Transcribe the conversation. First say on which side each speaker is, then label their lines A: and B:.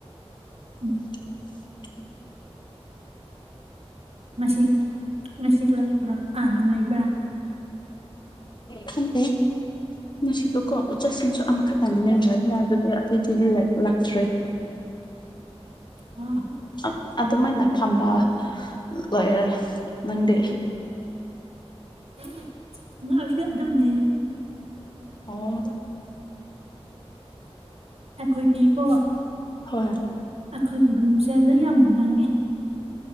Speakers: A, on the left; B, on the right.
A: <inaudible>
B: ꯎꯝ ꯉꯁꯤ ꯉꯁꯤ ꯄꯨꯂꯞ ꯄꯨꯔꯛ ꯑ ꯅꯨꯡꯉꯥꯏꯕ꯭ꯔꯥ
A: ꯈꯪꯗꯦ ꯉꯁꯤꯗꯣꯀꯣ ꯑꯣꯠ ꯆꯠꯁꯤꯡꯁꯨ ꯑꯃꯈꯠꯇꯅꯤꯅ <unintelligible> ꯑꯇꯩꯗꯤ ꯂꯦꯛ ꯂꯥꯛꯇ꯭ꯔꯦ
B: ꯍꯥ
A: ꯑ ꯑꯗꯨꯃꯥꯏꯅ ꯐꯝꯕ ꯂꯣꯏꯔ ꯅꯪꯗꯤ
B: ꯎꯝ ꯅꯛꯑꯁꯤ ꯑꯗꯨꯝ ꯂꯩꯌꯦ
A: ꯑꯣ
B: <inaudible> ꯑꯩꯈꯣꯏꯒꯤ ꯀꯣ
A: ꯍꯣꯏ
B: ꯑꯈꯣꯏꯒꯤ ꯔꯨꯝꯁꯦ ꯂꯩꯌꯥꯝ ꯅꯪꯉꯦ